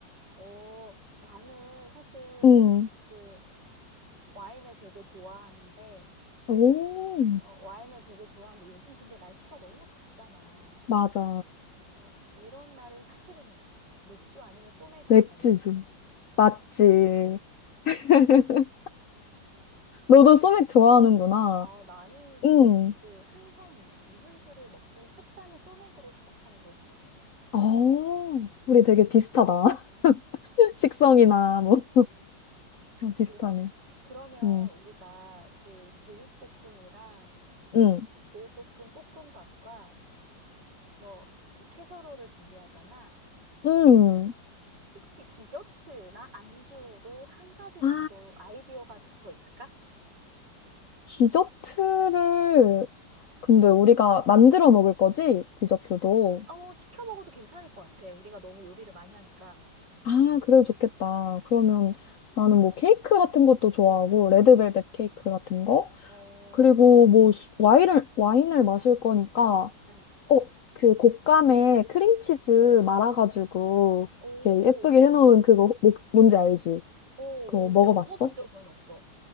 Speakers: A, on the right; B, on the left.
A: 어, 나는 사실
B: 응.
A: 그 와인을 되게 좋아하는데,
B: 오,
A: 어, 와인을 되게 좋아하는데 요즘 근데 날씨가 너무 덥잖아.
B: 맞아.
A: 어, 이런 날은 사실은 맥주 아니면 소맥 아,
B: 맥주지.
A: 아니야?
B: 맞지. <laughs> 너도
A: 그,
B: 소맥 좋아하는구나.
A: 아, 나는 소,
B: 응.
A: 그 항상 무슨 술을 먹든 첫 잔은 소맥으로 시작하는 걸 좋아해.
B: 어, 우리 되게 비슷하다. <laughs> 식성이나 뭐 아, 비슷하네.
A: 그럼, 그러면
B: 응.
A: 우리가 그 제육볶음이랑
B: 응.
A: 제육볶음 볶음밥과 뭐 그 캐서롤을 준비하잖아.
B: 응.
A: 혹시 디저트나 안주도 한 가지
B: 아.
A: 정도 아이디어가 더 있을까?
B: 디저트를 근데 우리가 만들어 먹을 거지? 디저트도.
A: 어, 시켜 먹어도 괜찮을 것 같아. 우리가 너무 요리를 많이 하니까.
B: 아, 그래 좋겠다. 그러면
A: 어,
B: 나는 뭐 케이크 같은 것도 좋아하고 레드벨벳 케이크 같은 거
A: 어,
B: 그리고 뭐 수- 와인을 와인을 마실 거니까
A: 응.
B: 어, 그 곶감에 크림치즈 말아가지고
A: 오,
B: 이렇게 예쁘게 해놓은 그거 뭐- 뭔지 알지?
A: 오,
B: 그거
A: 오. 근데
B: 먹어봤어?
A: 먹어본 적은 없어.